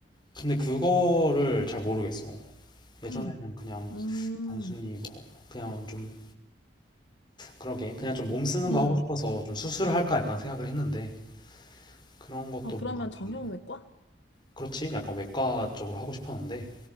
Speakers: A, on the left; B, on the left.
A: 근데 그거를 잘 모르겠어. 예전에는
B: 음,
A: 그냥
B: 음,
A: 단순히 뭐 그냥 좀 그러게 그냥 좀 몸 쓰는 거
B: 음.
A: 하고 싶어서 좀 수술을 할까 약간 생각을 했는데 그런 것도
B: 아, 그러면
A: 뭔가
B: 정형외과?
A: 좀 그렇지? 약간 외과 쪽으로 하고 싶었는데